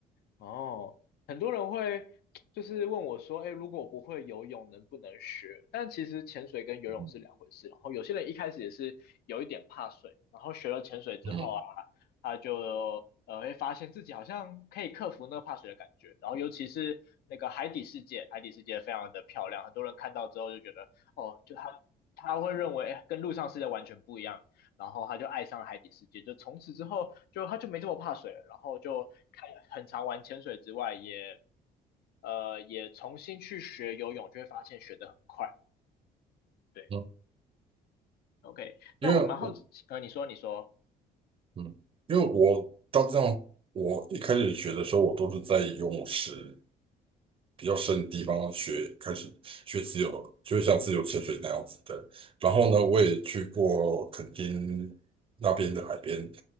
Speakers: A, on the left; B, on the right.
A: 哦，很多人会就是问我说，哎，如果我不会游泳，能不能学？但其实潜水跟游泳是两回事。
B: 嗯
A: 然后有些人一开始也是有一点怕水，然后学了潜水之后啊，
B: 嗯，
A: 他就呃会发现自己好像可以克服那个怕水的感觉。然后尤其是那个海底世界，海底世界非常的漂亮，很多人看到之后就觉得，哦，就他他会认为，哎跟陆上世界完全不一样。然后他就爱上了海底世界，就从此之后就他就没这么怕水了，然后就开很常玩潜水之外，也呃也重新去学游泳，就会发现学得很快。对
B: 嗯，
A: ，OK，那我蛮好奇，
B: 因为我
A: 呃，你说你说，
B: 嗯，因为我到这样，我一开始学的时候，我都是在游泳池，比较深的地方学，开始学自由，就像自由潜水那样子的。然后呢，
A: 嗯，
B: 我也去过垦丁那边的海边，